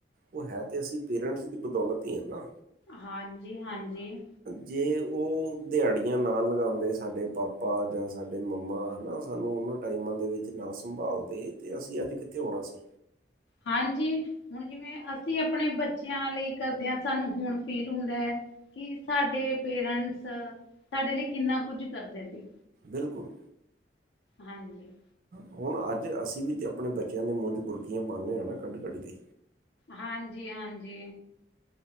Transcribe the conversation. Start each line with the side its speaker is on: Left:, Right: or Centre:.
Right: ਉਹ ਹੈ ਤਾਂ ਅਸੀਂ ਪੇਰੈਂਟਸ ਦੀ ਬਦੌਲਤ ਹੀ ਹੈਨਾ
Left: ਹਾਂਜੀ ਹਾਂਜੀ।
Right: ਜੇ ਉਹ ਦਿਹਾੜੀਆਂ ਨਾ ਲਗਾਉਂਦੇ ਸਾਡੇ ਪਾਪਾ ਜਾਂ ਸਾਡੇ ਮੰਮਾ, ਹੈ ਨਾ ਸਾਨੂੰ ਉਹਨਾਂ ਟਾਈਮਾਂ ਦੇ ਵਿੱਚ ਨਾ ਸੰਭਾਲਦੇ ਤੇ ਅਸੀਂ ਅੱਜ ਕਿੱਥੇ ਹੋਣਾ ਸੀ।
Left: ਹਾਂਜੀ ਹੁਣ ਜਿਵੇਂ ਅਸੀਂ ਆਪਣੇ ਬੱਚਿਆਂ ਲਈ ਕਰਦੇ ਆਂ ਸਾਨੂੰ ਹੁਣ ਫੀਲ ਹੁੰਦਾ ਹੈ। ਕਿ ਸਾਡੇ ਪੇਰੈਂਟਸ ਸਾਡੇ ਲਈ ਕਿੰਨਾ ਕੁਝ ਕਰਦੇ ਸੀ।
Right: ਬਿਲਕੁਲ
Left: ਹਾਂਜੀ।
Right: ਹੁਣ ਅੱਜ ਅਸੀਂ ਵੀ ਤਾਂ ਆਪਣੇ ਬੱਚਿਆਂ ਦੇ ਮੂੰਹ 'ਚ ਬੁਰਕੀਆਂ ਪਾਉਂਦੇ ਹਾਂ ਨਾ ਕੱਢ ਕੱਢ ਕੇ
Left: ਹਾਂਜੀ ਹਾਂਜੀ